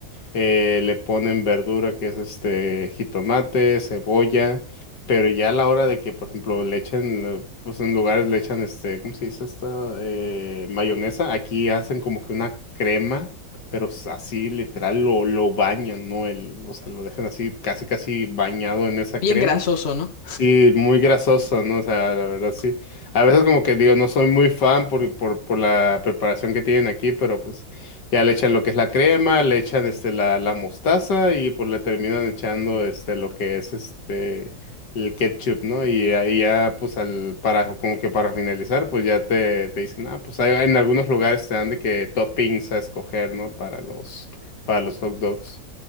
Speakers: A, on the left; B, on the left.
A: eh, le ponen verdura que es este jitomate, cebolla, pero ya a la hora de que, por ejemplo, le echen, eh, pues en lugares le echan este, ¿cómo se dice esto? Eh, mayonesa, aquí hacen como que una crema, pero s- así literal lo, lo bañan, ¿no? El, o sea, lo dejan así casi casi bañado en esa
B: Bien
A: crema.
B: grasoso, ¿no?
A: Sí, muy grasoso, ¿no? O sea, la verdad sí. A veces como que digo, no soy muy fan por, por, por la preparación que tienen aquí, pero pues ya le echan lo que es la crema, le echan este la, la mostaza y pues le terminan echando este lo que es este el ketchup, ¿no? Y ahí ya pues al para como que para finalizar, pues ya te, te dicen, ah, pues hay, en algunos lugares te dan de que toppings a escoger, ¿no? Para los para los hot dogs.